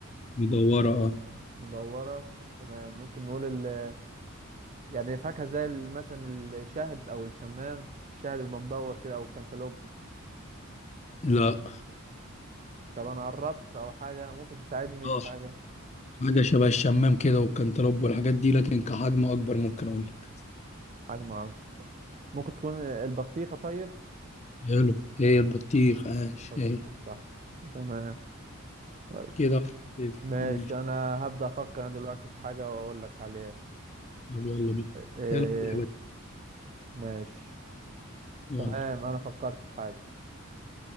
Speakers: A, on the left (about 30°); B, on the right (about 35°).
A: مدورة اه
B: مدورة تمام ممكن نقول ال... يعني فاكهة زي ال- مثلا الشهد أو الشمام الشهد بيبقى مدور كده أو الكنتالوب
A: لا
B: طب أنا قربت أو حاجة ممكن تساعدني
A: اه
B: في حاجة
A: حاجة شبه الشمام كده والكنتالوب والحاجات دي لكن كحجم أكبر ممكن أقول لك
B: حجم عرض ممكن تكون البطيخة طيب
A: حلو هي البطيخ عاش
B: البطيخ
A: هي
B: صح تمام كويس
A: كده واحد صفر.
B: ماشي
A: ماشي
B: انا هبدأ افكر انا دلوقتي في حاجة واقول لك عليها
A: طب يلا بينا
B: إيه
A: يلا بينا.
B: ماشي
A: يلا
B: تمام انا فكرت في حاجة